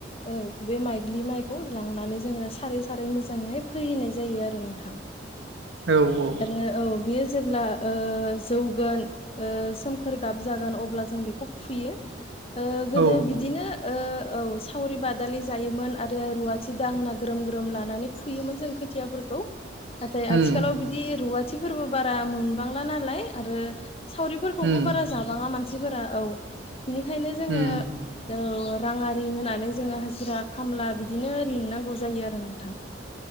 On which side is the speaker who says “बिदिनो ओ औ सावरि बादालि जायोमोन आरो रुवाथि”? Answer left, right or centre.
Left